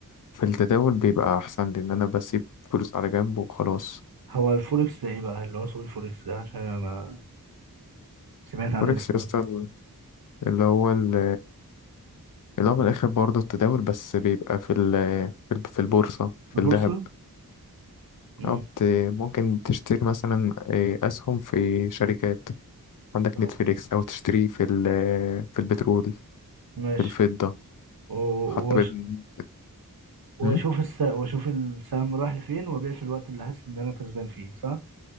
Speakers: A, on the left (about 60°); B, on the right (about 75°).
A: في التداول بيبقى أحسن لأن أنا بسيب فلوس على جنب وخلاص
B: هو الفوركس ده ايه بقى اللي هو سوق الفوركس ده عشان انا ما سمعت عنه
A: فوركس
B: بس
A: يا اسطى اللي هو ال- اللي هو من الآخر برضه التداول بس بيبقى في ال في الب- في البورصة
B: في
A: في
B: البورصة
A: الذهب
B: امم
A: أو بت- ممكن تشتري مثلا آه، أسهم في شركات عندك
B: اه
A: نتفليكس او تشتريه في ال في البترول
B: ماشي
A: في الفضة
B: و-
A: حتى
B: وأش-
A: بد...
B: واشوف
A: م?
B: الس... واشوف السهم رايح لفين وابيع في الوقت اللي حاسس ان انا كسبان فيه صح